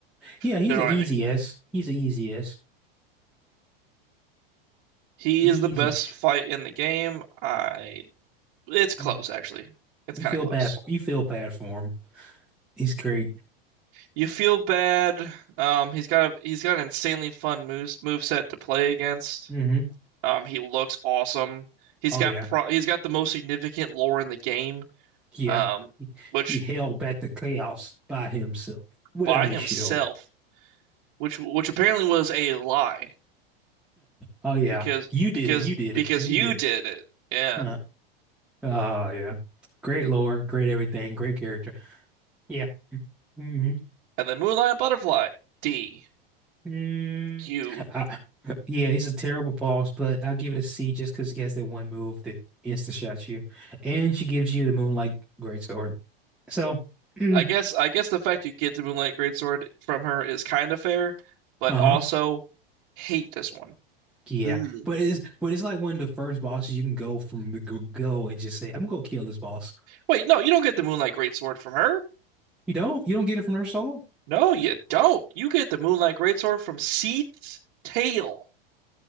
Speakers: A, in the centre; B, on the right.
A: Yeah, he's
B: they don't
A: an easy
B: at me.
A: S. He's an easy S.
B: He
A: Easy.
B: is the best fight in the game. I it's close
A: Yeah.
B: actually. It's
A: You
B: kind
A: feel
B: of close.
A: bad for you feel bad for him. He's great.
B: You feel bad. Um, he's got a he's got an insanely fun moves moveset to play against.
A: hmm
B: Um, he looks awesome. He's
A: Oh
B: got
A: yeah.
B: pro he's got the most significant lore in the game.
A: Yeah.
B: Um, which
A: He held back the chaos by himself without
B: by himself,
A: his shield.
B: which which apparently was a lie
A: Oh yeah.
B: because
A: You did
B: because
A: it. You did
B: because
A: it. You
B: you
A: did.
B: did it. Yeah.
A: Huh. Oh yeah. Great lore, great everything, great character. Yeah. Hmm.
B: And then Moonlight Butterfly D
A: Mm,
B: Q.
A: I, yeah, he's a terrible boss, but I'll give it a C just because he has that one move that insta shots you, and she gives you the Moonlight Greatsword. So, mm,
B: I guess I guess the fact you get the Moonlight Greatsword from her is kind of fair, but
A: uh-huh,
B: also hate this one.
A: yeah,
B: Mm.
A: but it's but it's like one of the first bosses you can go from the g- go and just say, "I'm gonna go kill this boss."
B: Wait, no, you don't get the Moonlight Greatsword from her.
A: You don't, you don't get it from her soul.
B: No, you don't. You get the Moonlight Greatsword from Seath's tail.